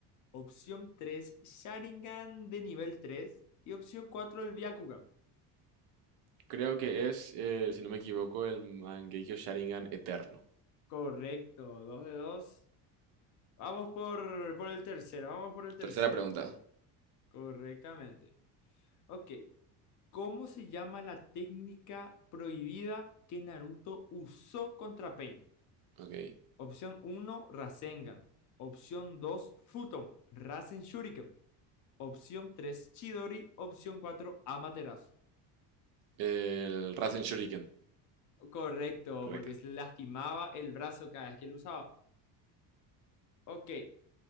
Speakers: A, on the left (about 45°); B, on the right (about 60°).
A: Opción 3 Sharingan de nivel tres Y opción 4 el Byakugan.
B: Creo que es, eh, si no me equivoco, el Mangekyo Sharingan Eterno.
A: Correcto, Dos de dos. Vamos por, por el tercero, vamos por el tercero.
B: Tercera pregunta.
A: Correctamente. Ok, ¿cómo se llama la técnica prohibida que Naruto usó contra Pain?
B: Ok.
A: Opción uno Rasengan. Opción 2 Futon, Rasen Shuriken. Opción 3 Chidori. Opción 4 Amaterasu.
B: El Rasen Shuriken.
A: Correcto,
B: Correcto.
A: porque se le lastimaba el brazo cada vez que lo usaba. Ok,